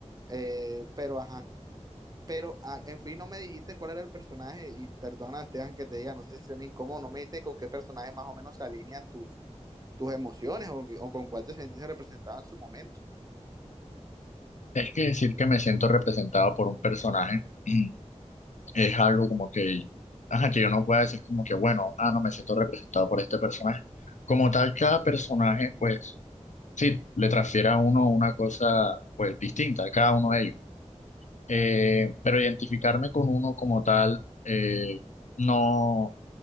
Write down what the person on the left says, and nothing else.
Es que decir que me siento representado por un personaje <clears throat> es algo como que, ajá, que yo no pueda decir como que, bueno, ah, no me siento representado por este personaje. Como tal, cada personaje, pues, sí, le transfiere a uno una cosa, pues, distinta a cada uno de ellos. Eh, pero identificarme con uno como tal, eh, no,